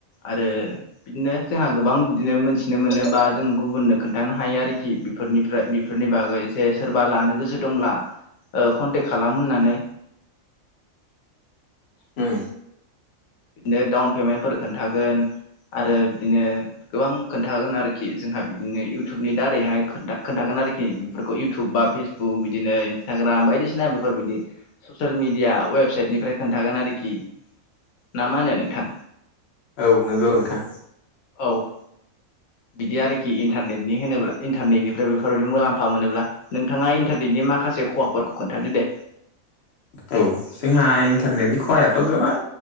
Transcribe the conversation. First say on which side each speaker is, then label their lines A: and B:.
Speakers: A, on the left; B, on the left.
A: आरो बिदिनो जोंहा गोबां बिदिनो मोनथिनो मोनो बा जों गुबुननो खोन्थानो हायो आरोखि बेफोरनि ओमफ्राय बेफोरनि बागै जे सोरबा लानो गोसो दंब्ला कनटेक्ट खालाम होननानै
B: उम
A: बिदिनो डाउन पेमेन्टफोर खोन्थागोन आरो बिदिनो गोबां खोन्थागोन आरोखि जोंहा बिदिनो इयउटुबनि दारैहाय खोनथा खोन्थागोन आरोखि बेफोरखौ इउटुब बा फेस बुक बिदिनो इन ग्राम बायदिसिना बेफोरबायदि ससियेल मिडिया वेबसाइटनिफ्राय खोन्थागोन आरोखि। ना मा होनो नोंथां?
B: औ नंगौ नोंथां
A: औ बिदि आरोखि इन्टारनेटनि होनोब्ला इन्टारनेटनिफ्राय बेफोरबायाददि मुलाम्फा मोनोब्ला नोंथाङा इन्टारनेटनि माखासे खहाफोरखौ खोनथादो दे?
B: औ जोंहा इन्टारनेटनि खहायाथ' गोबां